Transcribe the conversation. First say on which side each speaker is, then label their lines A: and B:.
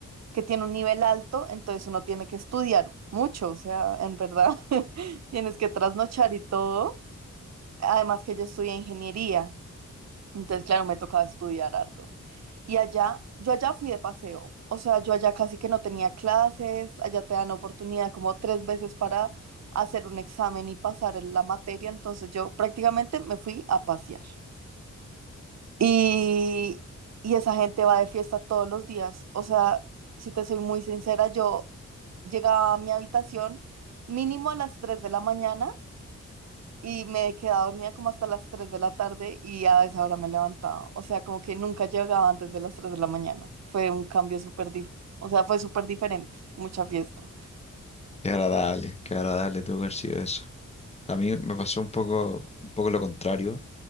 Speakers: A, on the right (about 60°); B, on the left (about 20°).
A: que tiene un nivel alto, entonces uno tiene que estudiar mucho, o sea, en verdad <laughs> tienes que trasnochar y todo. Además que yo estudié ingeniería, entonces claro, me tocaba estudiar harto. Y allá, yo allá fui de paseo, o sea, yo allá casi que no tenía clases, allá te dan oportunidad como tres veces para hacer un examen y pasar en la materia, entonces yo prácticamente me fui a pasear. Y, y esa gente va de fiesta todos los días. O sea, si te soy muy sincera, yo llegaba a mi habitación mínimo a las 3 de la mañana y me quedaba dormida como hasta las 3 de la tarde y a esa hora me levantaba. O sea, como que nunca llegaba antes de las 3 de la mañana. Fue un cambio súper, dif- o sea, fue súper diferente. Mucha fiesta.
B: Qué agradable, qué agradable tuvo que haber sido eso. A mí me pasó un poco, un poco lo contrario,